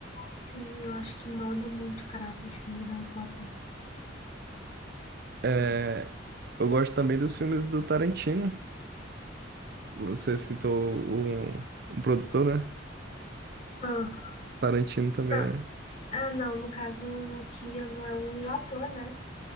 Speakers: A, on the left (about 40°); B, on the right (about 55°).
A: Sim, eu acho que molda muito o caráter o filme do Harry Potter.
B: É, eu gosto também dos filmes do Tarantino. Você citou o, um produtor, né?
A: Ah,
B: Tarantino também
A: não,
B: é
A: Ah, não, no caso o Keanu é o ator, né?